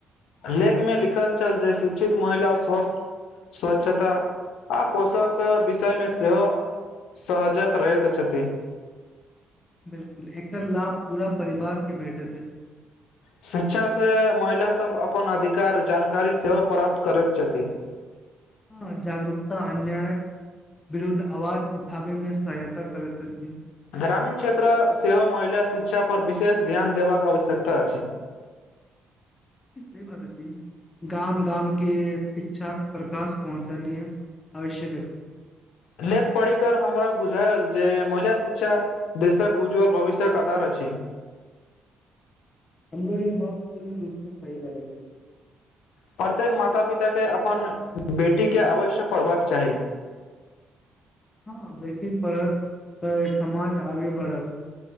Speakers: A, on the left; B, on the left.
A: लेख मे लिखल छल जे शिक्षित महिला स्वस्थ स्वच्छता आ पोषक विषयमे सेहो सहजक रहैत छथि
B: बिलकुल एकर लाभ पूरा परिवारकेँ भेटैत अछि
A: शिक्षा से महिला सभ अपन अधिकार जानकारी सेहो प्राप्त करैत छथि
B: हँ जागरूकता अन्यायक विरुद्ध आवाज उठाबे मे सहायता करैत अछि
A: ग्रामीण क्षेत्र सेहो महिला शिक्षा पर विशेष ध्यान देबाक आवश्यकता अछि
B: ई सही बात अछि गाम गाम केँ शिक्षा प्रकाश पहुँचेनाय आवश्यक अछि
A: लेख पढ़ि कर हमरा बुझायल जे महिला शिक्षा देशक उज्ज्वल भविष्यक आधार अछि
B: हमरो ई बात पूर्ण रूपे सही लागैत अछि
A: प्रत्येक माता पिता केँ अपन बेटी केँ अवश्य पढ़बाक चाही
B: हँ बेटी पढ़त तऽ ई समाज आगे बढ़त